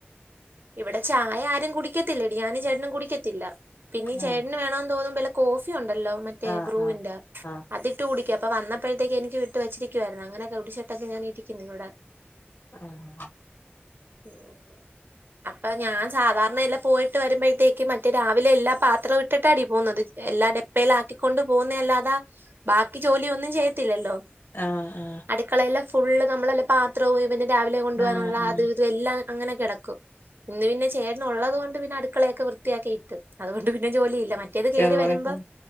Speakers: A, on the right (about 60°); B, on the left (about 70°).
A: ഇവിടെ ചായ ആരും കുടിക്കത്തില്ലടി ഞാനും ചേട്ടനും കുടിക്കത്തില്ല. പിനീ ചേട്ടന്
B: ആ
A: വേണോന്ന് തോന്നുമ്പള് കോഫി ഉണ്ടല്ലോ മറ്റേ
B: ആ
A: ബ്രൂവിന്റെ
B: ആ ആ
A: അദി ഇട്ട് കുടിക്ക അപ്പ വന്നപ്പഴ്ത്തേക്ക്‌ എനിക്കും ഇട്ട് വച്ചിരിക്കുവായിരുന്നു അങ്ങനെ കുടിച്ചിട്ടൊക്കെ ഞാൻ ഇരിക്കുന്ന് ഇവടെ.
B: ആഹ
A: <inaudible> അപ്പ ഞാൻ സാധാരണ എല്ലാം പോയിട്ട് വരുമ്പഴ്ത്തേക്ക് മറ്റേ രാവിലെ എല്ലാ പാത്രം ഇട്ടിട്ടാടി പോന്നത്. എല്ലാ ഡെപ്പേലാക്കിക്കൊണ്ട് പോകുന്നെല്ലാതാ ബാക്കി ജോലിയൊന്നും ചെയ്യത്തില്ലല്ലോ.
B: ആ ഹാ
A: അടുക്കളേലെ ഫുള്ള് നമ്മളെല്ല പാത്രവും ഇവന്റെ രാവിലെ കൊണ്ടുവാനുള്ള
B: ആഹ് ആഹ്
A: അതും ഇതും എല്ലാം അങ്ങനെ കെടക്കും. ഇന്ന് പിനെ ചേട്ടൻഉള്ളത് കൊണ്ട് പിനെ അടുക്കളയൊക്കെ വൃത്തിയാക്കി ഇട്ട് അതുകൊണ്ട് പിന്നെ ജോലിയില്ല മ. ഇത് കേറി
B: ജോലി
A: വരുമ്പം